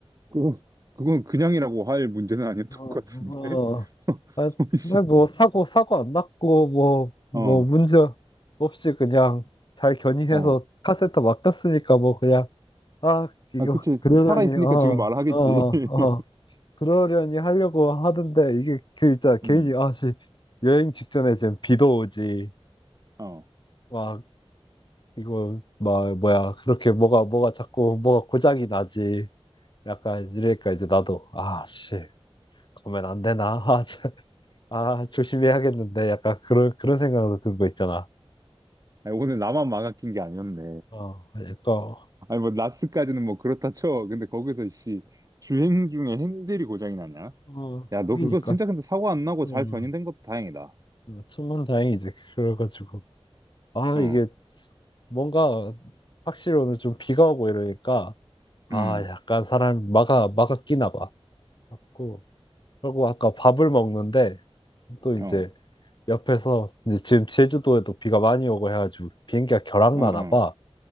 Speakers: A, on the right; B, on the left.
A: 그거, 그건 그냥이라고 할 문제는 아니었던
B: 어,
A: 것 같은데?
B: 어,
A: <laughs>
B: 아,
A: 혹시
B: 정말 뭐, 사고, 사고 안 났고, 뭐, 뭐,
A: 어,
B: 문제 없이 그냥 잘 견인해서
A: 어.
B: 카센터 맡겼으니까 뭐, 그냥, 아, 이거
A: 아, 그치.
B: 그러려니
A: 살아있으니까
B: 어,
A: 지금 말하겠지.
B: 어, 어.
A: <laughs>
B: 그러려니 하려고 하던데 이게 그 있잖아. 괜히
A: 음,
B: 아씨 여행 직전에 지금 비도 오지.
A: 어.
B: 와, 이거 막 뭐야. 그렇게 뭐가 뭐가 자꾸 뭐가 고장이 나지. 약간 이러니까 이제 나도 아씨 그러면 안 되나? <laughs> 아, 참. 아, 조심해야겠는데 약간 그런 그런 생각도 든 거 있잖아.
A: 아니, 오늘 나만 망아낀 게 아니었네.
B: 어, 약간 어,
A: 아니 뭐 라스까지는 뭐 그렇다 쳐. 근데 거기서 씨 주행 중에 핸들이 고장이 났냐?
B: 어,
A: 야, 너
B: 그러니까.
A: 그거 진짜 근데 사고 안 나고
B: 어,
A: 잘 견인된 것도 다행이다.
B: 천만 다행이지. 그래가지고. 아,
A: 어,
B: 이게 뭔가 확실히 오늘 좀 비가 오고 이러니까 아,
A: 음,
B: 약간 사람 마가 마가 끼나 봐. 갖고 그리고 아까 밥을 먹는데 또 이제
A: 어,
B: 옆에서 이제 지금 제주도에도 비가 많이 오고 해가지고 비행기가 결항나나
A: 어,
B: 봐.